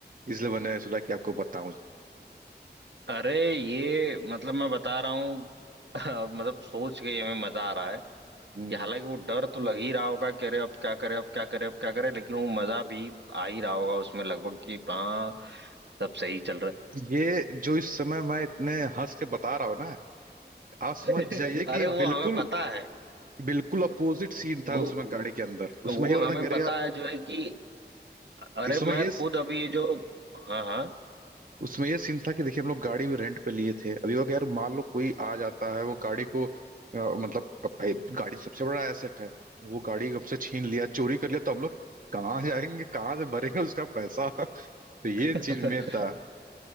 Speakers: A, on the right; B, on the right.
A: इसलिए मैंने सोचा कि आपको बताऊं
B: अरे ये मतलब मैं बता रहा हूँ <laughs> मतलब सोच के ही हमें मजा आ रहा है कि
A: हम्म
B: हालांकि वो डर तो लग ही रहा होगा कि अरे अब क्या करे अब क्या करे अब क्या करे लेकिन वो मजा भी आ ही रहा होगा उसमें लगभग कि हाँ सब सही चल रहा
A: ये जो इस समय मैं इतने हंस के बता रहा हूँ ना आप समझ
B: है <laughs>
A: जाइए कि
B: अरे वो
A: बिल्कुल
B: हमें पता है
A: बिल्कुल अपोजिट सीन
B: वो
A: था उसमें गाड़ी के अंदर
B: वो
A: उसमें ये हो
B: हमें
A: रहा था कि अरे
B: पता
A: यार
B: है जो है कि अरे
A: इसमें
B: मैं
A: ये
B: खुद अभी ये जो हाँ हाँ
A: उसमें ये सीन था कि देखिए हम लोग गाड़ी भी रेंट पे लिए थे अभी वो यार मान लो कोई आ जाता है वो गाड़ी को अ, मतलब अब भाई गाड़ी तो सबसे बड़ा एसेट है वो गाड़ी हमसे छीन लिया चोरी कर लिया तो हम लोग कहाँ जाएंगे कहाँ से भरेंगे उसका पैसा <laughs> तो ये
B: <laughs>
A: चीज में था